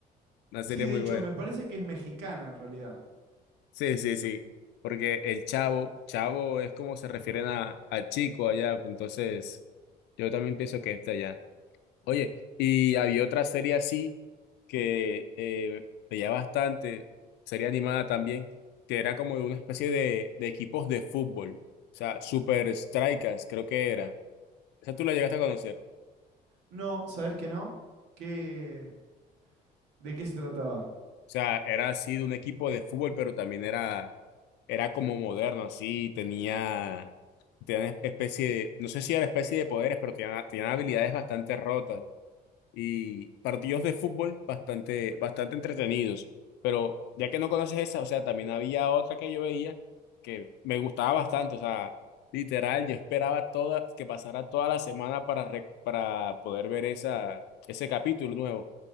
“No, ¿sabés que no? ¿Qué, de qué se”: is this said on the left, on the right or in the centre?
Right